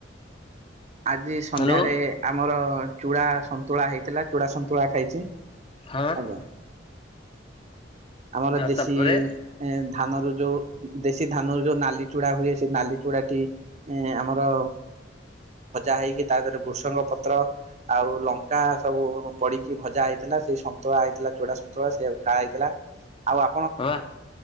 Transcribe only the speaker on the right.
ଆଜି ସନ୍ଧ୍ୟାରେ
ଆମର ଚୂଡ଼ା ସନ୍ତୁଳା ହେଇଥିଲା ଚୁଡା ସନ୍ତୁଳା ଖାଇଚି?
ଆଜ୍ଞା। ଆମର
ଦେଶୀ
ଏ ଧାନ ରୁ ଯୋଉ ଦେଶୀ ଧାନ ରୁ ଯୋଉ ନାଲି ଚୁଡା ହୁଏ ସେ ନାଲି ଚୁଡାଟି? ଏ ଆମର ଭଜା ହେଇକି ତା ଦେହରେ ଭୃଷଙ୍ଗ ପତ୍ର ଆଉ ଲଙ୍କା ସବୁ ପଡିକି ଭଜା ହେଇଥିଲା ସେଇ ସନ୍ତୁଳା ହେଇଥିଲା ଚୂଡା ସନ୍ତୁଳା ସେଉ ଖାଆ ହେଇଥିଲା? ଆଉ ଆ